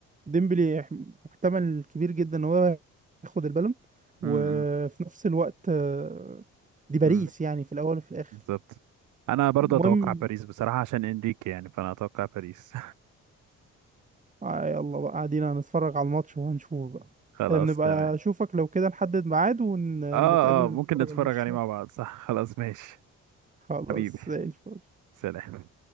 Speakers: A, on the right; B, on the right.
A: ديمبلي يح- محتمل كبير جدا ان هو ياخد البالون وفي
B: امم
A: نفس الوقت آه، دي باريس
B: امم
A: يعني في الاول وفي الاخر
B: بالظبط انا برضه
A: المهم
B: اتوقع باريس بصراحة عشان انريكي يعني فانا اتوقع باريس
A: آه، يلا بقى قاعدين هنتفرج على الماتش وهنشوف بقى
B: خلاص
A: آه، بنبقى
B: تمام
A: اشوفك لو كده نحدد ميعاد ونتقابل
B: اه اه ممكن
A: نتفرج
B: نتفرج
A: على الماتش
B: عليه
A: سوا
B: مع بعض صح خلاص ماشي
A: خلاص
B: حبيبي
A: زي الفل
B: سلام